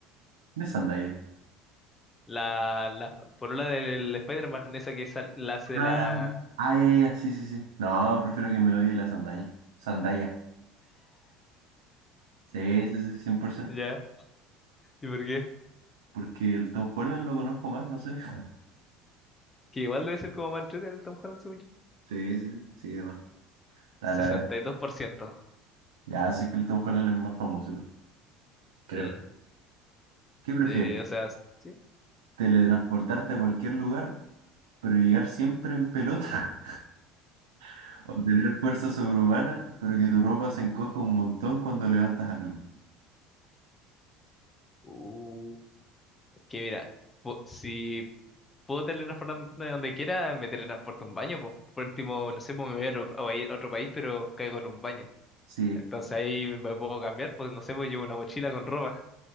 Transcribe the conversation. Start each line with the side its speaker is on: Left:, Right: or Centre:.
Right: ¿Qué es sandalia?
Left: La, la polola del Spider-Man, esa que sal- la hace de
Right: Ay,
Left: la...
Right: ay, ay, ay, sí, sí, sí. No, prefiero que me odie la sandaña. Sandalia. Sí, sí, sí, cien por ciento
Left: ¿Ya? ¿Y por qué?
Right: Porque el Tom Holland lo conozco más, no sé. <laughs>
Left: Que igual debe ser como más entretenido el Tom Holland, según yo.
Right: Sí, sí, sí, sí, demás. Dale,
Left: 62%.
Right: a ver. Ya, sí que el Tom Holland es más famoso, igual, creo.
Left: Mm,
Right: ¿Qué prefieres?
Left: eh, o sea, sí.
Right: ¿Teletransportarte a cualquier lugar, pero llegar siempre en pelota? <laughs> ¿O tener fuerza sobrehumana, pero que tu ropa se encoja un montón cuando levantas algo?
Left: Uh, que mira, po- si puedo teletransportarme donde quiera, me teletransporto a un baño, pues. Por último, no sé, pues me voy a, ro- a ir a otro país, pero caigo en un baño.
Right: Sí.
Left: Entonces ahí me puedo cambiar, pues no sé, pues llevo una mochila con ropa.